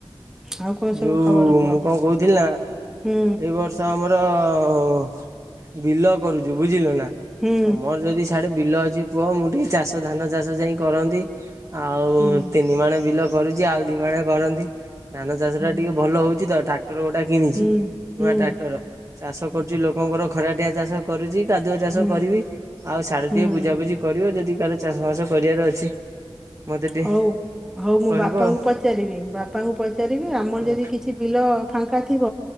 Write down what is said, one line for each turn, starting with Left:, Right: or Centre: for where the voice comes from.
Centre: ଆଉ କଣ ସବୁ
Right: ଯୋଉ
Centre: ଖବର କୁହ
Right: ମୁଁ କଣ କହୁଥିଲି ନା
Centre: ହୁଁ
Right: ଏଇ ବର୍ଷ ଆମର ର-ର-ର-ର ବିଲ କରୁଛୁ ବୁଝିଲ ନା
Centre: ହୁଁ
Right: ତମର ଯଦି ସିଆଡେ ବିଲ ଅଛି କୁହ ମୁଁ ଟିକେ ଚାଷ ଧାନ ଚାଷ ଯାଇ କରନ୍ତି। ଆଉ
Centre: ହୁଁ
Right: ତିନି ମାଣେ ବିଲ ଆ ଦିମାଣେ କରନ୍ତି। ଧାନ ସେଟା
Centre: ହୁଁ।
Right: ଟିକେ ଭଲ ହଉଛି। ତା ଟ୍ରାକ୍ଟର ଗୋଟା କିଣିଛି।
Centre: ହୁଁ ହୁଁ
Right: ନୂଆ ଟ୍ରାକ୍ଟର ଚାଷ କରୁଛି ଲୋକଙ୍କର ଖରାଟିଆ ଚାଷ କରୁଛି। କାଦୁଅ ଚାଷ
Centre: ହୁଁ।
Right: କରିବି ଆଉ ସାଡେ
Centre: ହୁଁ
Right: ଟିକେ ବୁଝାବୁଝି କରିବ ଯଦି ବ ଚାଷ ବାସ କରିବାର ଅଛି। ମତେ ଟିକେ
Centre: ହଉ ହଉ ମୁଁ
Right: କହିବ
Centre: ବାପାଙ୍କୁ
Right: ଆଉ।
Centre: ପଚାରିବି, ବାପାଙ୍କୁ ପଚାରିବି ଆମ ଆମର
Right: ହଁ
Centre: ଯଦି କିଛି ବିଲ ଅ ଫାଙ୍କା ଥିବ